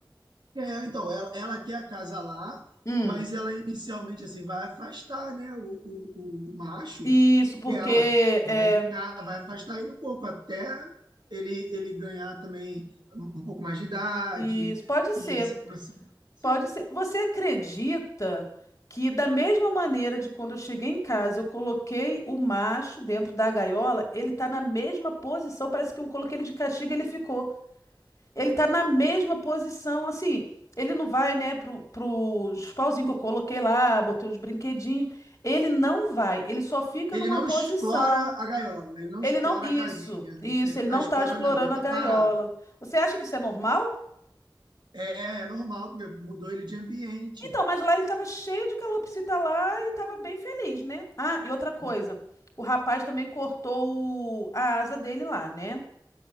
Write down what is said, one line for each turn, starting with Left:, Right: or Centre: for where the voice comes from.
Right: É, então, ela, ela quer acasalar,
Left: Hum,
Right: mas ela inicialmente assim vai afastar, né, o, o, o macho
Left: isso porque
Right: dela.
Left: é,
Right: Ela vai bicar, vai afastar ele um pouco até ele ele ganhar também um um pouco mais de idade
Left: isso pode ser,
Right: e se aproximar. Sim.
Left: pode ser. Você acredita que da mesma maneira de quando eu cheguei em casa, eu coloquei o macho dentro da gaiola, ele tá na mesma posição, parece que eu coloquei ele de castigo e ele ficou. Ele tá na mesma posição, assim, ele não vai, né, pro, pros pauzinhos que eu coloquei lá, botei uns brinquedinhos, ele não vai, ele só fica
Right: Ele
Left: numa
Right: não
Left: posição.
Right: explora a gaiola, ele não
Left: Ele
Right: explora
Left: não. Isso,
Right: a casinha,
Left: isso,
Right: ele não
Left: ele
Right: está
Left: não
Right: explorando
Left: tá explorando
Right: nada, ele está
Left: a gaiola.
Right: parado.
Left: Você acha que isso é normal?
Right: É, é normal, porque mudou ele de ambiente.
Left: Então, mas lá ele tava cheio de calopsita lá e tava bem feliz, né? Ah, e outra coisa,
Right: Ma-
Left: o rapaz também cortou o- a asa dele lá, né?